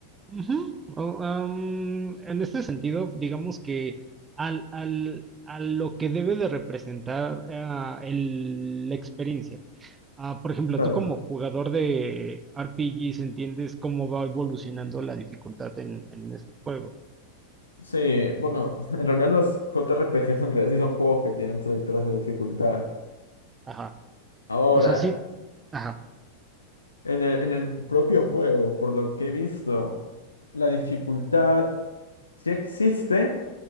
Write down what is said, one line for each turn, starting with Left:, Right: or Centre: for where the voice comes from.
Right: Ujú. O, am, en este sentido, digamos que al, al- a lo que debe de representar ah, el- la experiencia. Ah, por ejemplo,
Left: Claro.
Right: tú como jugador de RPGs entiendes cómo va evolucionando la dificultad en, en esos juegos.
Left: Sí, bueno, <laughs> en realidad los JRPGs en realidad sí son juegos que tienen selectores de dificultad.
Right: Ajá.
Left: Ahora,
Right: O sea, sí. Ajá.
Left: En el, en el propio juego, por lo que he visto, la dificultad sí existe,